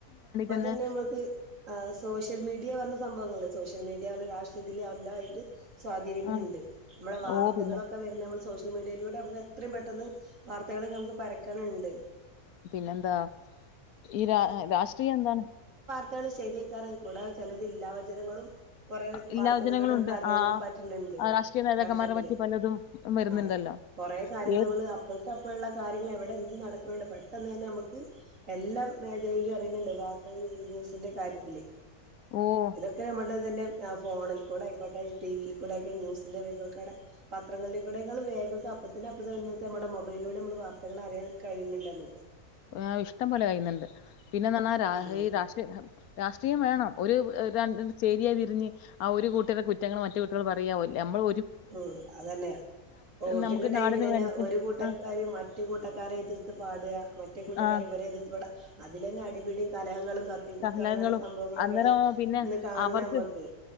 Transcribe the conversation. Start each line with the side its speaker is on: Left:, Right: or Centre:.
Right: ബൽതൊന്നും
Left: തന്നെ
Right: നമക്ക് സോഷ്യൽ മീഡിയർഞ സംഭവങ്ങള് സോഷ്യൽ മീഡിയർഞ <unintelligible> സ്വാധീനിക്കുന്നുണ്ട്
Left: ആ
Right: നമ്മുടെ വാർത്തകളൊക്കെ
Left: ഓ പിന്നെ
Right: വരുന്ന സോഷ്യൽ മീഡിയിലൂടെ നമുക്ക് എത്രയും പെട്ടെന്ന് വാർത്തകളൊക്കെ നമുക്ക് പരക്കനുണ്ട്.
Left: പിന്നെ ന്താ ഈ രാ രാഷ്ട്രീയം എന്താണ്?
Right: ത്തകൾ ശരിയക്കാറായിക്കൂടാ ചിലത് ഇല്ലാ വചനങ്ങളും കുറെ
Left: ഇല്ലാ
Right: വാർത്തകളിലൂടെ
Left: ജനങ്ങളുണ്ട്
Right: നമുക്ക് അറിയാനും
Left: ആഹ്
Right: പറ്റുന്നുണ്ട്
Left: രാഷ്ട്രീയ നേതാക്കന്മാരെ
Right: രാഷ്ട്രീയത്തില്
Left: പറ്റി പലതും വരുന്നുണ്ടല്ലോ
Right: ആ കൊറേ കാര്യങ്ങൾ
Left: ഏത്
Right: അപ്പോഴക്ക് അപ്പോഴുള്ള കാര്യങ്ങൾ എവിടെ എന്ത്‌ നട പെട്ടെന്നന്നെ നമു ക്ക് എല്ലാ മേഖലയിലും അറിയുന്നുണ്ട് വാർത്ത ന്യൂസിന്റെ കാര്യത്തില്.
Left: ഓഹ്
Right: ഇതൊക്കെ നമ്മുടെ തന്നെ ആ ഫോണിൽ കൂടെ ആയിക്കോട്ടെ ടിവിയിൽ കൂടെ ആയിക്കോട്ടെ ന്യൂസിന്റെ <unintelligible> പത്രങ്ങളിലിൽ കൂടെയെക്കാളും വേഗത്തി അപ്പത്തിന് അപ്പ തന്നെ ഇന്നത്തെ നമ്മുടെ മൊബൈലിലൂടെ നമ്മൾ വർത്തകളറിയൻ കഴിയുന്നുണ്ട് നമുക്ക്.
Left: ആ ഇഷ്ടം പോലെ കഴിയുന്നുണ്ട്. പിന്നെന്ന് പറഞ്ഞാൽ
Right: ഉം
Left: ഈ രാഷ്ട്രീയ രാഷ്ട്രീയം വേണം ഒരു ര ചേരിയായി തിരിഞ്ഞ് ആ ഒരു കൂട്ടർടെ കുറ്റങ്ങൾ മറ്റു നമ്മള്
Right: ഉം അതന്നെയാ വോട്ടിന്റെ
Left: നമുക്ക്
Right: ടൈമിലന്നെ
Left: നാടിന് വേണ്ടിട്ട്
Right: ഒരു കൂട്ടക്കാര്
Left: ആഹ്
Right: മറ്റു കൂട്ടക്കാരെ എതിർത്ത് പാടുക മറ്റേ കൂട്ടക്കാര്
Left: ആഹ്
Right: ഇവരെ എതിർത്തു പാടാ അതലന്നെ അടിപിടിയും കലഹങ്ങളും കത്തിക്കുത്തും
Left: കലഹങ്ങളും
Right: അങ്ങനെയുള്ള സംഭവങ്ങളൊക്കെയാണ്
Left: അങ്ങേരം പിന്നെ
Right: ഇന്ന് കാണണ
Left: അവർക്ക്
Right: നമ്മക്ക്